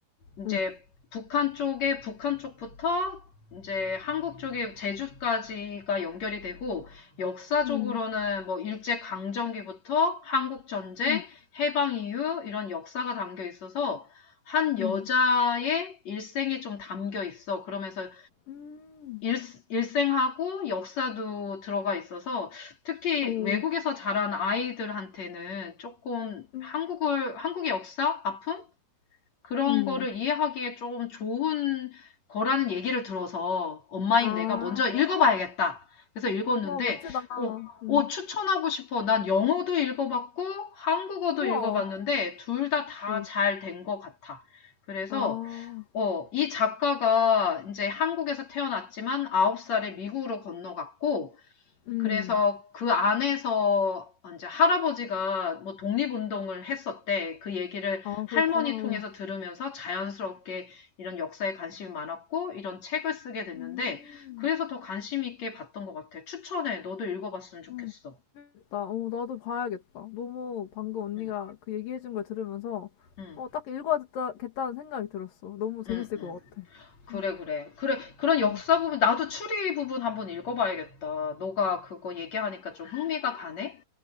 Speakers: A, on the left; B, on the left.
A: 이제
B: 오
A: 북한 쪽에 북한 쪽부터 이제 한국 쪽에 제주까지가 연결이 되고 역사적으로는
B: 음,
A: 뭐 일제 강점기부터 한국 전쟁,
B: 음,
A: 해방 이후 이런 역사가 담겨 있어서 한 여자의
B: 음,
A: 일생이 좀 담겨 있어. 그러면서
B: 음,
A: 일, 일생하고 역사도 들어가 있어서 특히
B: 어,
A: 외국에서 자란 아이들한테는 조금
B: 음.
A: 한국을, 한국의 역사, 아픔? 그런
B: 음.
A: 거를 이해하기에 조금 좋은 거라는 얘기를 들어서 엄마인
B: 아.
A: 내가 먼저 읽어봐야겠다. 그래서 읽었는데,
B: 와, 멋지다.
A: 어,
B: 음.
A: 어, 추천하고 싶어. 난 영어도 읽어봤고, 한국어도
B: 우와.
A: 읽어봤는데, 둘 다 다
B: 음.
A: 잘 된 것 같아. 그래서
B: 아.
A: 어, 이 작가가 이제 한국에서 태어났지만 9살에 미국으로 건너갔고,
B: 음.
A: 그래서 그 안에서 이제 할아버지가 뭐 독립운동을 했었대. 그 얘기를
B: 아,
A: 할머니
B: 그렇구나. 어.
A: 통해서 들으면서 자연스럽게 이런 역사에 관심이 많았고, 이런 책을 쓰게 됐는데,
B: 음.
A: 그래서 더 관심 있게 봤던 것 같아. 추천해. 너도 읽어봤으면 좋겠어.
B: 어. 나, 어, 나도 봐야겠다. 너무 방금 언니가
A: 응,
B: 그 얘기해준 걸 들으면서
A: 응,
B: 어, 딱 읽어야겠다는 생각이 들었어. 너무 재밌을
A: 응, 응.
B: 것 같아.
A: 그래,
B: 음.
A: 그래. 그래, 그런 역사
B: 음.
A: 부분, 나도 추리 부분 한번 읽어봐야겠다. 너가 그거 얘기하니까 좀 흥미가 가네?